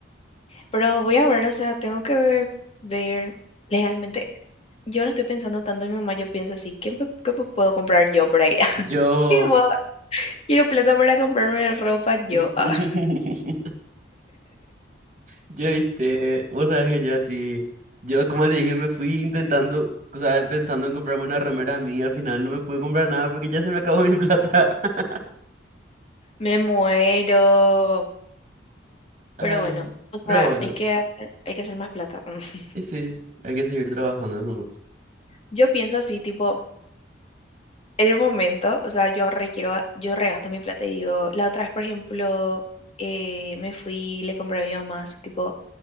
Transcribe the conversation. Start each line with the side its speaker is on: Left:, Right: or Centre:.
Left: Pero voy a ver, o sea, tengo que ve- ver legalmente. Yo no estoy pensando tanto en mi mamá, yo pienso así, ¿qué, me- qué me puedo comprar yo por ahí? <laughs>
Right: Yo.
Left: Y vos, quiero plata para comprarme ropa yo.
Right: <laughs>
Left: Ah, <laughs>
Right: Yo te vos sabés que yo así, yo como te dije, me fui intentando, o sea, pensando en comprarme una remera a mí, y al final no me pude comprar nada porque ya se me acabó mi plata. <laughs>
Left: me muero.
Right: Ay,
Left: Pero bueno, o sea,
Right: pero bueno,
Left: hay que hacer, hay que hacer más plata. <laughs>
Right: y sí, hay que seguir trabajando nomás.
Left: Yo pienso así, tipo, en el momento, o sea, yo requiero, yo regasto mi plata y digo, la otra vez, por ejemplo, eh, me fui, le compré a mi mamá, así, tipo,